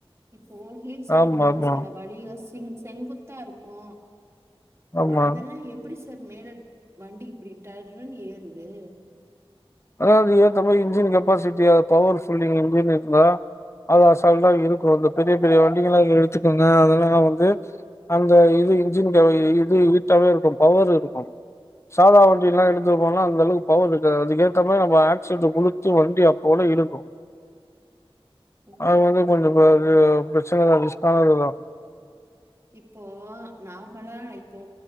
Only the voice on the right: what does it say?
இப்போ ஹில்ஸ்
ஏரும் போது
சில வழிய செங்கு செங்குத்தா இருக்கு
அதெல்லா எப்டி சார் மேல வண்டி இப்டி டர்ருனு ஏறுது
ம்.
இப்போ நார்மலா இப்போ